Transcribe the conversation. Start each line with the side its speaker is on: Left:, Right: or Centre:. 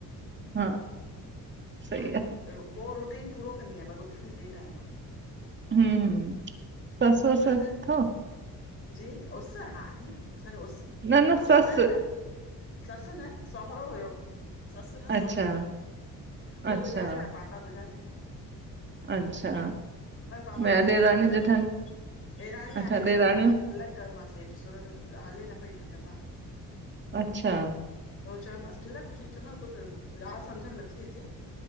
Right: हा सही
Left: हा
Right: आहे
Left: ॿियो पो रोटीन पूरो <unintelligible> ब उठंदी लेट आया मां
Right: हमम सस व स
Left: अ
Right: अथव?
Left: जी उस हा आहे असांजो उस
Right: न-न
Left: ससु
Right: सस
Left: न न ससु न सोहरो हुयो ससु न
Right: अच्छा
Left: सोहरो हुयो उहो
Right: अच्छा
Left: गुज़ारे विया पापा गुज़ारे विया
Right: अच्छा
Left: पर पापा
Right: ॿिया
Left: जल्दी
Right: ॾेराणी
Left: हली वया
Right: जेठाणी
Left: मु ॾेराणी
Right: अच्छा
Left: आहे
Right: ॾेराणियूं
Left: हुनखे अलॻि अलॻि कयो मां सेठ सुरज हले न पई ढंग सां
Right: अच्छा
Left: उहो चयोयमांस खिल ख़ुशी चयोमसि ॿु ॻाल्हि सम्झ में नथी अचे